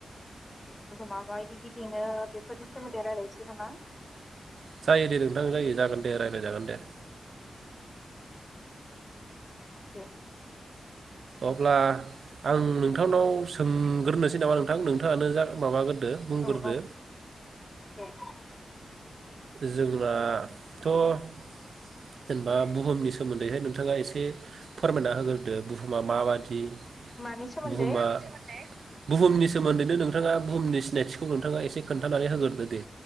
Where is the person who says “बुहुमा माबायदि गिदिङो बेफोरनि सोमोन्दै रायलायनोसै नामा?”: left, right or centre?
Left